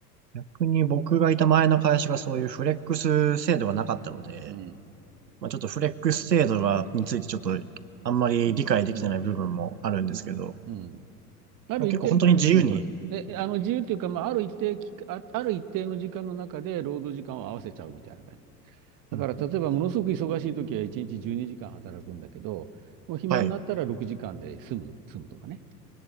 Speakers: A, on the right (about 80°); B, on the right (about 40°).
A: 逆に僕がいた前の会社がそういうフレックス制度がなかったので、
B: うん、
A: まあ、ちょっとフレックス制度がについてちょっとあんまり理解できてない部分もあるんですけど、
B: うん、うん、うん。ある一定、
A: まあ結構本当に自由に、
B: うん、そうですね。え、あの、自由というか、まあ、ある一定期間、あ、ある一定の時間の中で労働時間を合わせちゃうみたいな感じ。だから、
A: うん、
B: 例えば、ものすごく忙しい時は1日12時間働くんだけど、もう暇になったら6時間で済む、
A: はい、
B: 済むとかね。